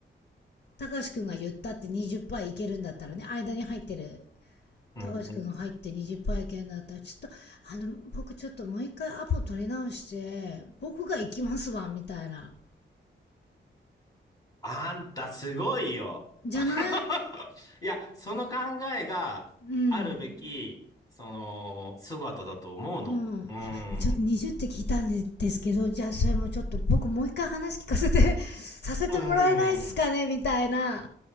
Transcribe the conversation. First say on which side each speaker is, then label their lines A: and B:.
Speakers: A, on the left (about 65°); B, on the left (about 20°).
A: たかしくんが言ったって20%いけるんだったらね、間に入ってる
B: うん、
A: 高橋君が入って20杯券だったら、
B: うん。
A: ちょっと、あの、僕ちょっともう一回アポ取り直して、僕が行きますわ、みたいな。
B: あんたすごいよ。
A: じゃない
B: <laughs> いや、その考えがあるべき、
A: うん。
B: その、姿だと思うの。
A: うん。
B: うん。
A: いや、ちょっと20って聞いたんですけど、じゃあそれもちょっと僕もう一回話聞かせて <laughs>、させてもらえないっすかね、
B: うん。
A: みたいな。